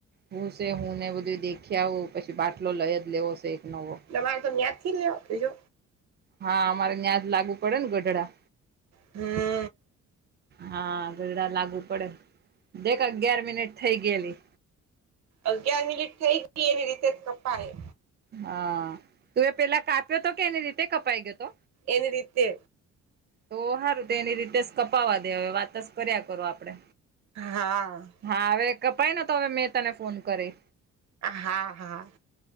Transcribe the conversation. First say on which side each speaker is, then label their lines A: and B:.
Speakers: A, on the right (about 35°); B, on the right (about 60°).
A: હું છે હું ને બધું દેખી આવ પછી બાટલો લઈ જ લેવો છે એક નવો
B: તમાર તો તયાથી લો બજો
A: હા અમારે ન્યાં જ લાગુ પડે ને ગઢડા.
B: હમ.
A: હા ગઢડા લાગુ પડે દેખ અગિયાર મિનિટ થઇ ગયેલી.
B: અગિયાર મિનિટ થઈ ગઈ એની રીતે કપાય.
A: હા તું એ પેલા કાપ્યો તો કે એની રીતે કપાઈ ગયો હતો.
B: એની રીતે.
A: તો હારું તેની રીતે જ કપાવા દે હવે વાત સ કર્યા કરો આપડે.
B: હા
A: હા હવે કપાઈ ને તો હવે મેં તને ફોન કરી.
B: હા હા.